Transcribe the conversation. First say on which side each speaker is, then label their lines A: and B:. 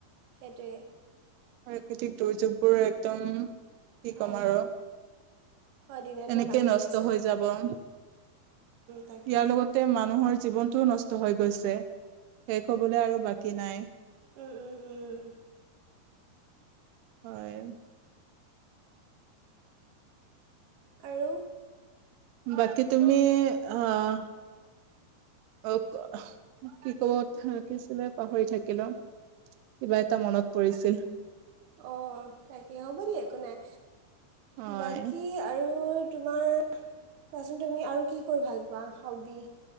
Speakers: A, on the right; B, on the right.
A: সেইটোৱে
B: প্ৰাকৃতিক দুৰ্যোগবোৰ একদম কি
A: হয়
B: কম আৰু
A: হয় দিনে-দিনে
B: এনেকে
A: বাঢ়ি
B: নষ্ট
A: গৈ
B: হৈ যাব
A: তাকে
B: ইয়াৰ লগতে মানুহৰ জীৱনটোও নষ্ট হৈ গৈছে। শেষ হবলৈ আৰু বাকী নাই।
A: উম-উম-উম।
B: হয়।
A: আৰু
B: বাকী তুমি, আহ- আকৌ কি ক'ব থাকিছিলে পাহৰি থাকিলো। কিবা এটা মনত পৰিছিল।
A: অ' তাকে হ'ব দিয়া একো নাই
B: হয়
A: বাকী আৰু তোমাৰ কোৱাচোন তুমি আৰু কি কৰি ভাল পোৱা হবি।